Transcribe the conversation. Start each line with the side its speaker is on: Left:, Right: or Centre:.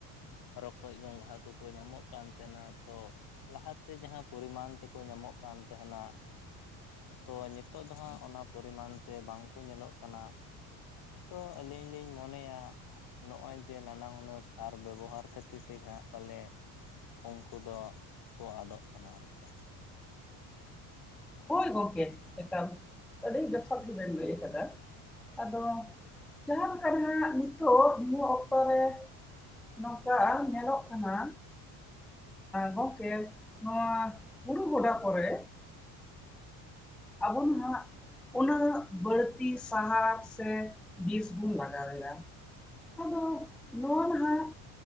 Left: ᱨᱚᱠᱚᱡ ᱜᱚᱝᱜᱷᱟ ᱠᱚᱠᱚ ᱧᱟᱢᱚᱜ ᱠᱟᱱ ᱛᱟᱦᱮᱱᱟ ᱛᱚ ᱞᱟᱦᱟᱛᱮ ᱡᱟᱦᱟᱸ ᱯᱚᱨᱤᱢᱟᱱ ᱛᱮᱠᱚ ᱧᱟᱢᱚᱜ ᱠᱟᱱ ᱛᱟᱦᱮᱱᱟ ᱛᱚ ᱱᱤᱛᱚᱜ ᱫᱚ ᱦᱟᱸᱜ ᱚᱱᱟ ᱯᱚᱨᱤᱢᱟᱱ ᱛᱮ ᱵᱟᱝᱠᱚ ᱧᱮᱞᱚᱜ ᱠᱟᱱᱟ ᱛᱚ ᱟᱞᱤᱧ ᱞᱤᱧ ᱢᱚᱱᱮᱭᱟ ᱱᱚᱜ ᱚᱭ ᱡᱮ ᱱᱟᱱᱟ ᱦᱩᱱᱟᱹᱨ ᱥᱟᱨ ᱵᱮᱵᱚᱦᱟᱨ ᱠᱷᱟᱹᱛᱤᱨ ᱛᱮᱜᱮ ᱦᱟᱸᱜ ᱯᱟᱞᱮᱫ ᱩᱱᱠᱩ ᱫᱚ ᱠᱚ ᱟᱫᱚᱜ ᱠᱟᱱᱟ ᱟᱨᱠᱤ
Centre: ᱦᱳᱭ ᱜᱚᱢᱠᱮ ᱮᱠᱟᱞ ᱟᱹᱰᱤ ᱡᱚᱛᱷᱟᱛ ᱜᱮᱵᱮᱱ ᱞᱟᱹᱭ ᱟᱠᱟᱫᱟ ᱟᱫᱚ ᱡᱟᱦᱟᱸ ᱞᱮᱠᱟ ᱱᱟᱦᱜ ᱱᱤᱛᱚᱜ ᱱᱤᱭᱟᱹ ᱚᱠᱛᱚ ᱨᱮ ᱱᱚᱝᱠᱟ ᱧᱮᱞᱚᱜ ᱠᱟᱱᱟ ᱜᱚᱝᱠᱮ ᱱᱚᱣᱟ ᱦᱩᱲᱩ ᱜᱚᱰᱟ ᱠᱚᱨᱮ ᱟᱵᱚ ᱦᱟᱸᱜ ᱩᱱᱟᱹᱜ ᱵᱟᱹᱲᱛᱤ ᱥᱟᱦᱟᱨ ᱥᱮ ᱵᱤᱥ ᱵᱩᱱ ᱞᱟᱜᱟᱣ ᱮᱫᱟ ᱟᱫᱚ ᱱᱚᱭᱟ ᱱᱟᱦᱟᱜ